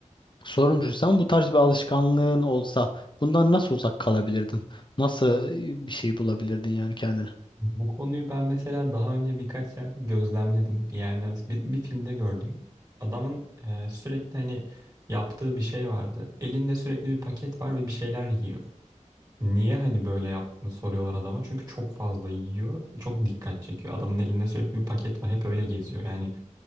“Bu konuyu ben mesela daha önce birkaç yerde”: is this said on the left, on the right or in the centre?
Right